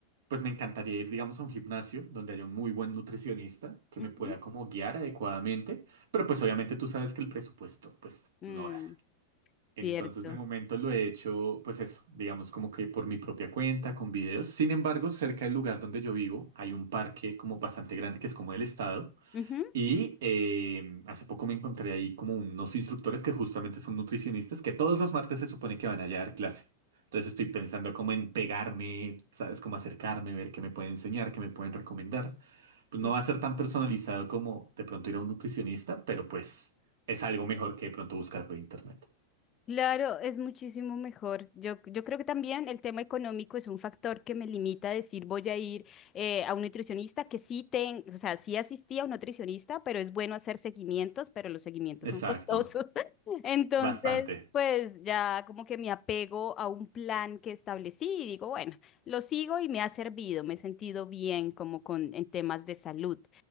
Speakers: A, on the right; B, on the left.
A: Pues me encantaría ir, digamos, a un gimnasio donde haya un muy buen nutricionista que
B: Ujú.
A: me pueda como guiar adecuadamente, pero pues obviamente tú sabes que el presupuesto, pues
B: Mm,
A: no da. Entonces
B: cierto.
A: de momento lo he hecho, pues eso, digamos como que por mi propia cuenta, con videos. Sin embargo, cerca del lugar donde yo vivo hay un parque como bastante grande que es como del estado
B: Ujú,
A: y eh, hace poco me encontré ahí como unos instructores que justamente son nutricionistas que todos los martes se supone que van a dar clase. Entonces estoy pensando como en pegarme, ¿sabes? Cómo acercarme, ver qué me pueden enseñar, qué me pueden recomendar. Pues
B: Sí.
A: no va a ser tan personalizado como de pronto ir a un nutricionista, pero pues es algo mejor que de pronto buscar por internet.
B: Claro, es muchísimo mejor. Yo, yo creo que también el tema económico es un factor que me limita a decir voy a ir eh, a un nutricionista que sí ten, o sea, sí asistí a un nutricionista, pero es bueno hacer seguimientos, pero los seguimientos son
A: Exacto,
B: costosos. <laughs> Entonces,
A: bastante.
B: pues ya como que me apego a un plan que establecí y digo, bueno, lo sigo y me ha servido, me he sentido bien como con en temas de salud.